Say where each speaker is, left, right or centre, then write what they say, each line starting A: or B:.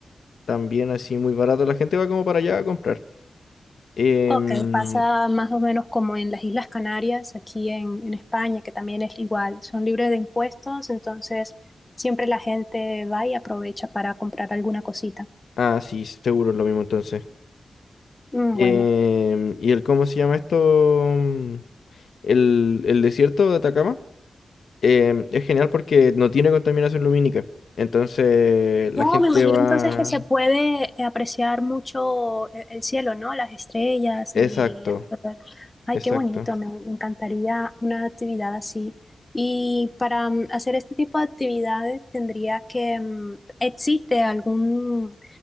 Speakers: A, on the left (about 75°); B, on the left (about 15°).
A: También así muy barato. La gente va como para allá a comprar. Em,
B: Ok, pasa más o menos como en las Islas Canarias, aquí en, en España, que también es igual, son libres de impuestos, entonces siempre la gente va y aprovecha para comprar alguna cosita.
A: ah, sí, seguro es lo mismo entonces.
B: Mm,
A: Em,
B: Bueno.
A: y el, ¿cómo se llama esto? Mm, El, el desierto de Atacama em, es genial porque no tiene contaminación lumínica. Entonces la
B: Wow,
A: gente
B: me imagino
A: va...
B: entonces que se puede eh, apreciar mucho el, el cielo, ¿no? Las estrellas
A: Exacto,
B: y... Ay,
A: exacto.
B: qué bonito, me, me encantaría una actividad así. Y para mm, hacer este tipo de actividades tendría que... mm, ¿Existe algún,